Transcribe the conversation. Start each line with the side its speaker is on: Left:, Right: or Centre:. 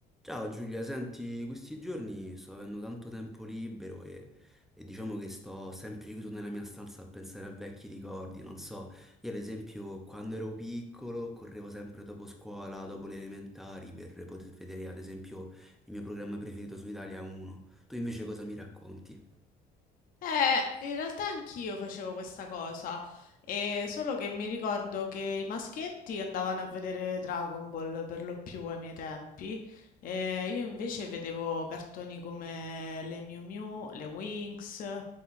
Centre: Ciao Giulia, senti, questi giorni sto avendo tanto tempo libero e, e diciamo che sto sempre chiuso nella mia stanza a pensare a vecchi ricordi, non so, io ad esempio quando ero piccolo correvo sempre dopo scuola, dopo le elementari per poter vedere ad esempio il mio programma preferito su Italia 1. Tu invece cosa mi racconti?
Left: Eh, in realtà anch'io facevo questa cosa, e solo che mi ricordo che i maschietti andavano a vedere Dragon Ball per lo più ai miei tempi, e io invece vedevo cartoni come le Miu Miu, le Winx, eh,